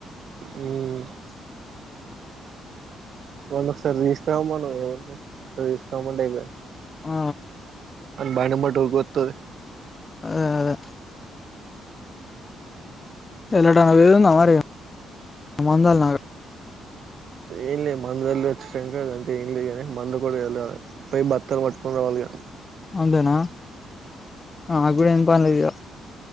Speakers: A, on the right; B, on the left.
A: ఉమ్ వాళ్లను ఒకసారి తీసుకురామనవ్ ఏముంది అట్ల తీసుకొపో అంటే ఐపోయే
B: ఆ
A: అది బండి ఎమ్మట ఉరుక్కతది.
B: అదే అదే ఎల్లడం వీల్ ఉందా మరి అ మందాగలనా ఆడ్ <inaudible>
A: ఏంలే మందుల్ వచ్ శంకర్ అంత ఏం లేనీ మందు కూడా వెళ్ళ పయి బత్తలు పట్టుకుని రావాలిగా
B: ఉండేనా ఆ నాకు గుడ ఏం పన్లేదిగా